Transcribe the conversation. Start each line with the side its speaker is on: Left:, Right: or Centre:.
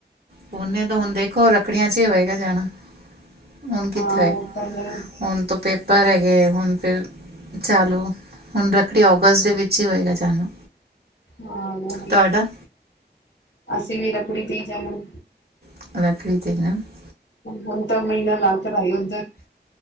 Right: ਪੁਣੇ ਤਾਂ ਹੁਣ ਦੇਖੋ ਰੱਖੜੀਆਂ ਚ ਹੀ ਹੋਵੇਗਾ ਜਾਣਾ। ਹੁਣ ਕਿੱਥੇ
Left: ਹਾਂ ਉਹ ਤਾਂ ਹੈ
Right: ਹੁਣ ਤ ਪੇਪਰ ਹੈਗੇ ਹੁਣ ਫਿਰ। ਚਲੋ ਹੁਣ ਰੱਖੜੀ ਔਗਸਟ ਦੇ ਵਿੱਚ ਹੀ ਹੋਏਗਾ ਜਾਣਾ।
Left: ਹਾਂ
Right: ਤੁਹਾਡਾ
Left: ਅਸੀਂ ਵੀ ਰੱਖੜੀ ਤੇ ਜਾਣਾ।
Right: <unintelligible>
Left: ਹੁਣ ਤਾਂ ਮਹੀਨਾ ਲਾਲ ਤਾਂ ਓਧਰ <unintelligible>